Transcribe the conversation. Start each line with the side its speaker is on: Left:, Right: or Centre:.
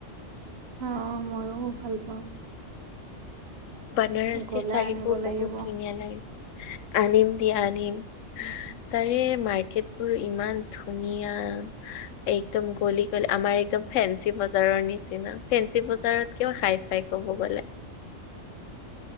Right: অ অ মইয়ো ভাল পাওঁ।
Left: বনাৰসী
Right: গ'লে
Left: চাৰিবোৰ
Right: আনিব
Left: বহুত
Right: লাগিব
Left: ধুনীয়া
Right: অ'
Left: লাগে আনিম দিয়া আনিম। তাৰে মাৰ্কেট বোৰ ইমান ধুনীয়া। একদম গলি গলি আমাৰ একদম ফেঞ্চি, বজাৰৰ নিচিনা ফেঞ্চি বজাৰত কেও হাই- হাই ক'ব গ'লে।